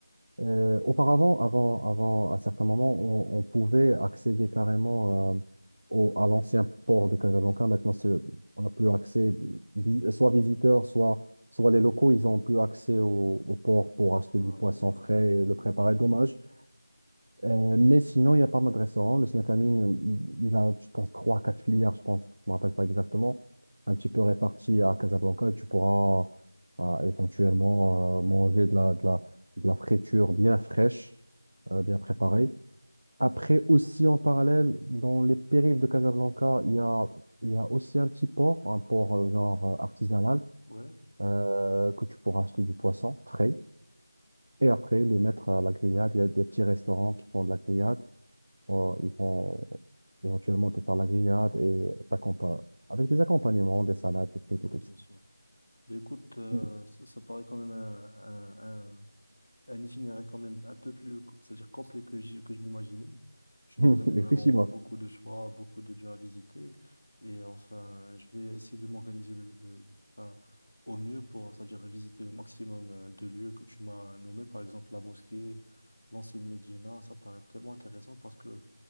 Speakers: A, on the right (about 60°); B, on the left (about 65°).
A: Euh, auparavant, avant, avant, à certains moments, on, on pouvait accéder carrément euh, au, à l'ancien port de Casablanca. Maintenant, c'est, on n'a plus accès, vi- soit visiteurs, soit, soit les locaux, ils n'ont plus accès au, au port pour acheter
B: Ah,
A: du poisson
B: dommage,
A: frais et le
B: dommage.
A: préparer. Dommage. Euh, mais sinon, il n'y a pas mal de restaurants. Le Snatamine, il il a, je pense, trois, quatre filières, je pense, je ne me rappelle pas exactement, un petit peu réparties à Casablanca. Tu pourras euh, éventuellement euh, manger de la, de la, de la friture bien fraîche, euh, bien préparée. Après, aussi en parallèle, dans les périphes de Casablanca, il y a, il y a aussi un petit port, un port euh, genre euh, artisanal,
B: Ouais,
A: euh, que tu pourras acheter du poisson frais. Et après, le mettre à la grillade. Il y a des petits restaurants qui font de la grillade. Bon, ils vont éventuellement te faire la grillade et t'accompagner. Avec des accompagnements, des salades, des frites
B: ouais,
A: et tout
B: bien
A: ça.
B: sûr. Mais écoute, euh,
A: Mm.
B: ça, ça paraît quand même un, un, un- un itinéraire quand même un peu plus, co- c'est-à-dire complet que je, que je l'imaginais. Tu
A: <laughs>
B: m'as donné vraiment
A: Effectivement.
B: beaucoup de choix, beaucoup de lieux à visiter. Et enfin, je vais essayer de m'organiser le, le- le- enfin, au mieux pour, c'est-à-dire visiter le maximum euh, de lieux que tu m'as nommés, par exemple la mosquée, l'ancienne Médina. Ça paraît tellement intéressant parce que